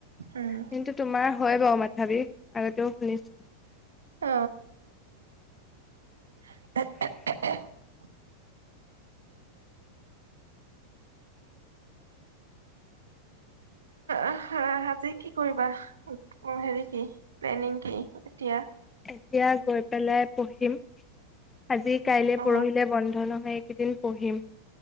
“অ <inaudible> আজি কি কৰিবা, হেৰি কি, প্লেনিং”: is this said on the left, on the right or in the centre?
Right